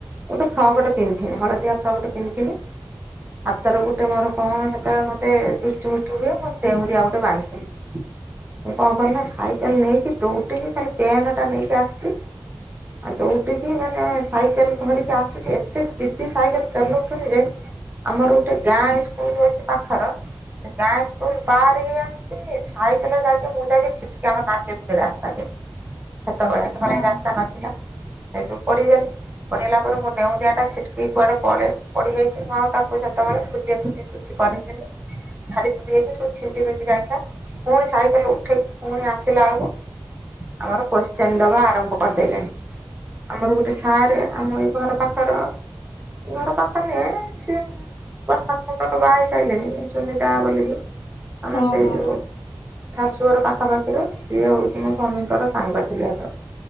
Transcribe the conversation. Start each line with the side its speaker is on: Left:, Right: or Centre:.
Right: ଗୋଟେ ଫ୍ରକଟେ ପିନ୍ଧିଥିଲି ହଳଦି ଫରକ ଟେ ପିନ୍ଧିଥିଲି। ହାତର ଗୋଟେ ମୋର କଣ ସେତେବେଳେ ମତେ ସେତ ଦୃଷ୍ଟି ମୁଷ୍ଟି ହୁଏ ମୁଁ ଡେଉଁରିଆ ଆଉ ଗୋଟେ ବାନ୍ଧି ଦିଏ। ମୁଁ କଣ କ ନା ସାଇକେଲ ନେଇକି ଦୌଡ଼ିକି ଖାଲି ପେନ୍ ଟା ନେଇକି ଆସିଛି ଆଉ ଦଉଡିକି ମାନେ ସାଇକେଲ୍ ଧରିକି ଆସୁଛି ଏତେ ସ୍ପିଡ ସାଇକେଲ ଚଲାଉଛନ୍ତି ଯେ ଆମର ଗୋଟେ ଗାଁ ସ୍କୁଲ ଅଛି ପାଖର ସେ ଗାଁ ସ୍କୁଲ ପାର ହେ ଆସଛି ସାଇକେଲ ଯାଇକି ମୁ ଜାଇକି ଛିଟ୍କା ଆମ ନାଲି ଗୋଡି ରାସ୍ତାରେ ସେତେବେଳେ ଢଳେଇ
Left: ହୁଁ
Right: ରାସ୍ତା ନଥିଲା ସେଇଠୁ ପଡିଗଲି ପଢେଇଲା ପରେ ମୋ ଡେଉଁରିଆ ଟା ଛିଟକି କୁଆଡେ ପଡିଯାଇଛି ମୁଁ ଆଉ ତାକୁ ସେତେବେଳେ ଖୋଜେ ଖୋଜି କିଛିି ପଢିଥିଲି ଝାଡିଝୁଡି ହେଇକି ସବୁ ଛିଡି ଫିିଡି ଯାଇଥିଲା ପୁଣି ସାଇକେଲ ଉଠେଇକି ପୁଣି ଆସିଲା ବେଳକୁ ଆମର କ୍ୱେଷ୍ଟିନ୍ ଦବା ଆରମ୍ଭ କରିଦେଲେଣି। ଆମର ଗୋଟେ ସାର୍ ଆମ ଏଇ ଘର ପାଖର। ଘର ପାଖରେ ନୁହଁ ସେ ବର୍ଷ ହବ ବାହା ହେଇ ସାରିଲେଣି ଚୁନି ଦା ବୋଲିିକି ଆମ
Left: ହୁଁ
Right: ସେଇ
Left: ହୁଁ
Right: ଯେଉ ଶାଶୁର ପାଖାପାଖିରେ ସିଏ ହଉଛି ମୋ ସ୍ଵାମୀଙ୍କର ସାଙ୍ଗ ଥିଲେ ସେତେବେଳକୁ।